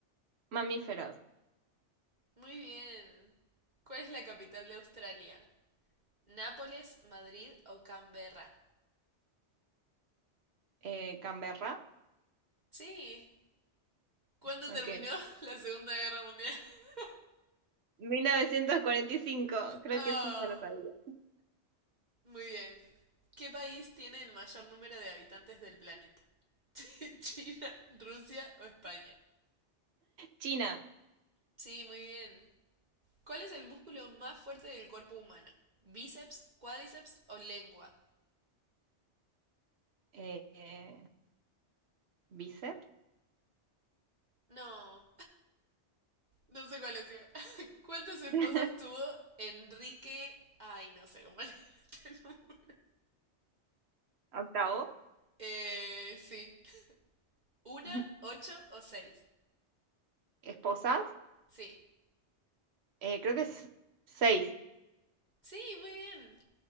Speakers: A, on the right; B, on the right.
A: Mamíferos.
B: Muy bien. ¿Cuál es la capital de Australia? ¿Nápoles, Madrid o Canberra?
A: Eh, Canberra,
B: Sí. ¿Cuándo
A: ok.
B: terminó <laughs> la Segunda Guerra Mundial? <laughs>
A: mil novecientos cuarenta y cinco. creo
B: Oh.
A: que eso ya lo sabía.
B: Muy bien. ¿Qué país tiene el mayor número de habitantes del planeta? <laughs> ¿China, Rusia o España?
A: China,
B: Sí, muy bien. ¿Cuál es el músculo más fuerte del cuerpo humano? ¿Bíceps, cuádriceps o lengua?
A: eh, eh, bíceps.
B: No, no sé cuál es. <laughs> ¿Cuántas esposas
A: <laughs>
B: tuvo Enrique? Ay, no sé cómo <laughs> leer este nombre.
A: Octavo.
B: Eh, sí. ¿Una,
A: <laughs>
B: ocho o seis?
A: Esposas,
B: Sí.
A: eh, creo que es seis.
B: Sí, muy bien.